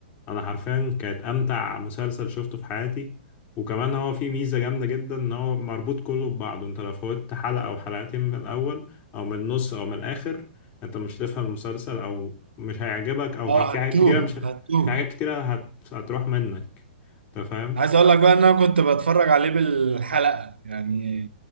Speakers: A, on the left; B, on the right.
A: انا حرفيا كانت امتع مسلسل شفته في حياتي وكمان هو فيه ميزة جامدة جدا ان هو مربوط كله ببعضه انت لو فوتت حلقة او حلقتين من الاول او من النص او من الاخر انت مش هتفهم المسلسل او مش هيعجبك او ه-
B: اه
A: في
B: هتوه
A: حاجات كتيره مش ه-
B: هتوه
A: في حاجات كتيره هت... هتروح منك انت فاهم
B: عايز اقول لك بقى ان انا كنت بتفرج عليه بالحلقة يعني